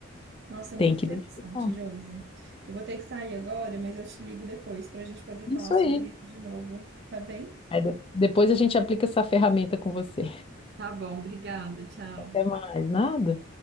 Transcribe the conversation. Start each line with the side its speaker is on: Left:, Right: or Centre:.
Right: Nossa, é
Left: Tem
Right: muito
Left: que
Right: interessante,
Left: identificar.
Right: Josi. Eu vou ter que sair agora, mas eu te ligo depois para a gente poder falar
Left: Isso
Right: sobre
Left: aí.
Right: isso de novo, tá bem?
Left: Aí de- depois a gente aplica essa ferramenta com você.
Right: Tá bom, obrigada. Tchau.
Left: Até mais, nada.